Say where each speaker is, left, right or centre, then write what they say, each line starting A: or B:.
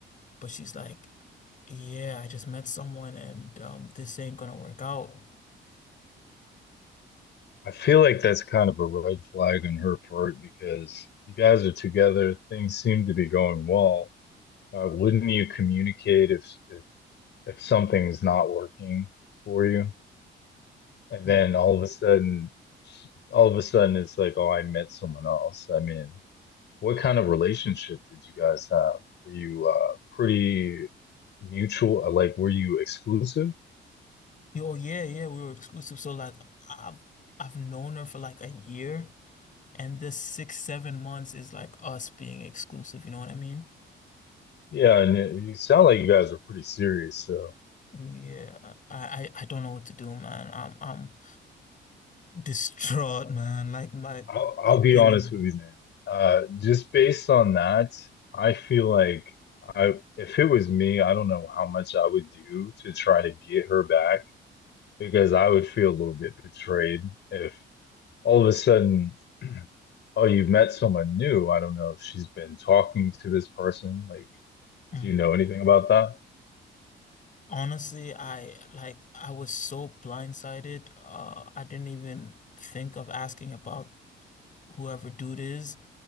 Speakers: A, on the left (about 40°); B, on the left (about 65°).
A: But she's like, yeah, I just met someone and um, this ain't gonna work out.
B: I feel like that's kind of a red flag on her part because you guys are together. Things seem to be going well. Uh, wouldn't you communicate if if if something's not working for you? And
A: Yeah.
B: then all of a sudden, all of a sudden, it's like, oh, I met someone else. I mean, what kind of relationship did you guys have? Were you uh, pretty mutual? uh, Like, were you exclusive?
A: Yo, yeah, yeah, we were exclusive. So like I've I've known her for like a year and this six, seven months is like us being exclusive, you know what I mean?
B: Yeah, and it, you sound like you guys are pretty serious. So
A: Yeah, I, I I don't know what to do, man. I'm I'm distraught, man. Like my
B: I'll I'll
A: I've
B: be
A: been
B: honest
A: in
B: with you, man. Uh, just based on that, I feel like I if it was me, I don't know how much I would do to try to get her back because I would feel a little bit betrayed if all of a sudden, <clears throat> oh, you've met someone new. I don't know if she's been talking to this person. Like,
A: mm.
B: do you know anything about that?
A: Honestly, I like I was so blindsided. Uh I didn't even think of asking about whoever dude is.